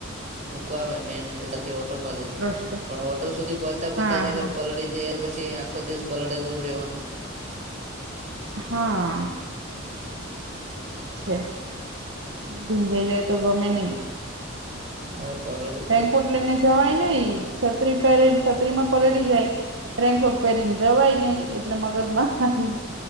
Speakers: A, on the right (about 40°); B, on the right (about 65°).
A: મૂકવા આવે મેનથી ઓટો મળે છે
B: રસકસ
A: પણ ઓટો સુધી પહોચતા પોહતા
B: હા
A: જ અગર
B: હા
A: પલળી જાય પછી. છે આખો દિવસ પલળેલો રહેવાનો.
B: હા. છે અને ભીંધે જાય તો ગમે નહી.
A: હ પલડ.
B: રેન્કોટ લઈને જવાય નઈ છત્રી પહેરે છત્રી માં પલળી જાય. રેનકોટ પહેરીને જવાય નહીિ એટલે મગજમાં.